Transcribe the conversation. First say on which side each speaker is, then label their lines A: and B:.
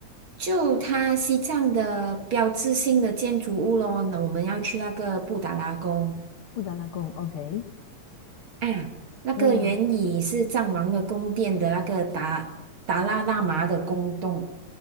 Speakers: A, on the right; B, on the left.
A: 就它西藏的标志性的建筑物咯，那我们要去那个布达拉宫
B: 布达拉宫，OK。
A: 啊，那个原以是藏王的宫殿的那个达达拉喇嘛的宫洞，
B: 嗯，